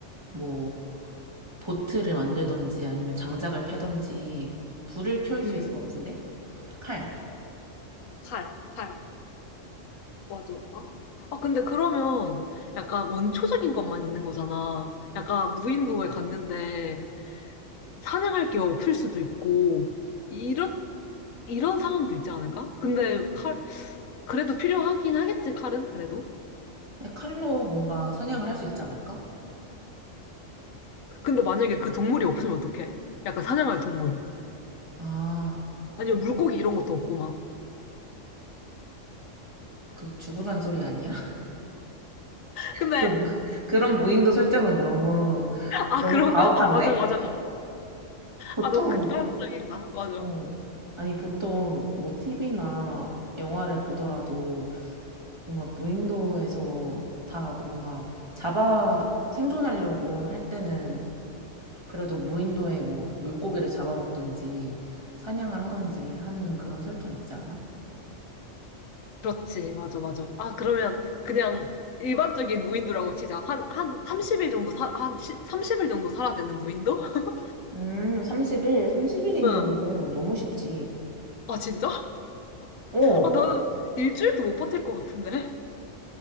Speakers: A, on the right; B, on the left.
A: 뭐 보트를 만들던지 아니면 장작을 패던지 불을 켤 수
B: 응,
A: 있을 것 같은데? 칼.
B: 칼, 칼. 맞아. 아, 아, 근데 그러면 약간 원초적인 것만 있는 거잖아. 약간 무인도에 갔는데 사냥할 게 없을 수도 있고, 이런, 이런 상황도 있지 않을까? 근데 칼, 그래도 필요하긴 하겠지, 칼은, 그래도.
A: 네, 칼로 뭔가 사냥을 할 수 있지 않을까?
B: 근데 만약에 그 동물이 없으면 어떡해? 약간 사냥할 동물.
A: 아,
B: 아니면 물고기 이런 것도 없고 막.
A: 그 죽으란 소리 아니야? <laughs>
B: 근데,
A: 그 무- 그런 무인도 설정은 너무
B: 아,
A: 너무
B: 그런가?
A: 과혹한데?
B: 아, 맞아, 맞아.
A: 보통
B: 아, 너무 극단적이다. 맞아.
A: 어. 아니 보통 뭐 TV나 영화를 보더라도 뭔가 무인도에서 다 뭔가 잡아 생존하려고 할 때는 그래도 무인도에 뭐 물고기를 잡아먹던지 사냥을 하던지 하는 그런 설정 있지 않아?
B: 그렇지, 맞아, 맞아. 아, 그러면 그냥 일반적인 무인도라고 치자. 한, 한 30일 정도 사, 한 시, 30일 정도 살아야 되는 무인도? <laughs>
A: 음, 30일, 30일이면은
B: 응.
A: 너무 쉽지.
B: 아, 진짜?
A: 어.
B: 아, 나는 일주일도 못 버틸 것 같은데?